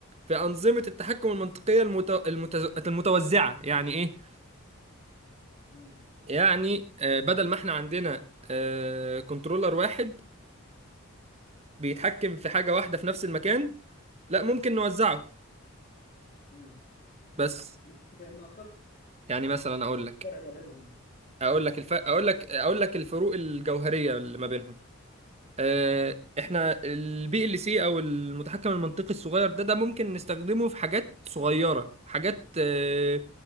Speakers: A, on the right; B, on the left.
A: في انظمه التحكم المنطقيه المت... المت... المتوزعه يعني ايه
B: امم
A: يعني آه، بدل ما احنا عندنا آه، كنترولر واحد بيتحكم في حاجه واحده في نفس المكان لا ممكن نوزعه
B: امم
A: بس
B: ممكن تفهمنا اكتر
A: يعني مثلا اقول لك
B: فرق ما بينهم
A: اقول لك الف... اقول لك اقول لك الفروق الجوهريه اللي ما بينهم آه، احنا البي ال سي او المتحكم المنطقي الصغير ده ده ممكن نستخدمه في حاجات صغيره حاجات آه،